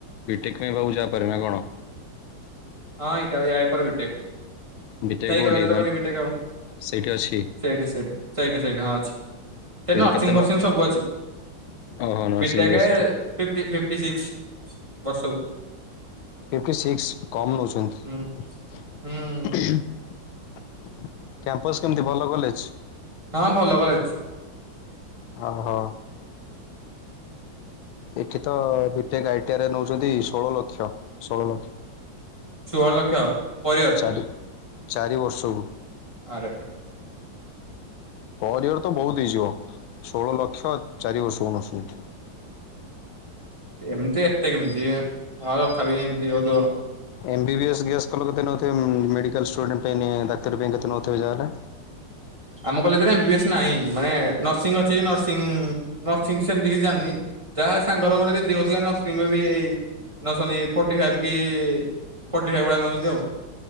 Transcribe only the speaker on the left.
ବିଟେକ ପାଇଁ ବହୁ ଚାପ ନା କଣ?
ବିଟେକ୍
କୋଉଠି
ମାନେ
ସେଇଠି ଅଛି
କେତେ
ନ
ଓହୋ ନର୍ସିଂ
ବି ଅଛି।
ଫିଫଟି ସିକ୍ସ କମ୍ ନଉଛନ୍ତି।
କ୍ୟାମ୍ପସ କେମିତି ଭଲ କଲେଜ?
ଓ ହୋ। ଏଠି ତ ବିଟେକ ଆଇଟିଆରେ ନଉଛନ୍ତି ଷୋହଳ ଲକ୍ଷ ଷୋହଳ
ଚାରି ଚାରି ବର୍ଷକୁ।
ପର ଇୟର ତ ବହୁତ ହେଇଯିବ ଷୋହଳ ଲକ୍ଷ ଚାରି ବର୍ଷକୁ ନଉଛନ୍ତି।
M B B S guess କଲୁ କେତେ ନଉଥିବେ ମ୍ ମ୍ ମେଡିକାଲ ଷ୍ଟୁଡେଣ୍ଟ ଙ୍କ ପାଇଁ ନେ <unintelligible> କେତେ ନାଉଥିବେ ଯାହା ହେଲେ।